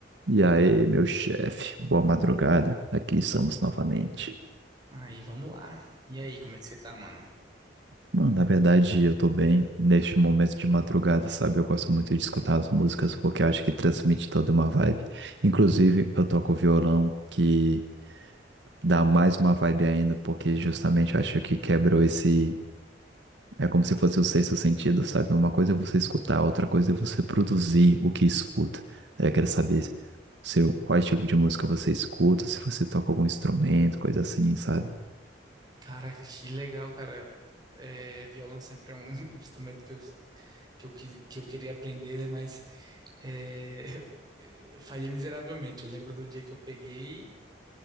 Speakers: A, on the right; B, on the right.
A: E aí, meu chefe, boa madrugada. Aqui estamos novamente.
B: Aí, vamos lá. E aí, como é que você tá, mano?
A: Mano, na verdade, eu tô bem neste momento de madrugada, sabe? Eu gosto muito de escutar as músicas porque eu acho que transmite toda uma vibe. Inclusive, eu toco violão, que dá mais uma vibe ainda, porque justamente eu acho que quebrou esse. É como se fosse um sexto sentido, sabe? Uma coisa é você escutar, outra coisa é você produzir o que escuta. Daí Eu quero saber se- qual tipo de música você escuta, se você toca algum instrumento, coisa assim, sabe?
B: Caraca, que legal, cara. É, violão sempre é um <laughs> instrumento que eu, que eu, quis- que eu queria aprender, né? Mas é, <laughs> eu falhei miseravelmente. Eu lembro do dia que eu peguei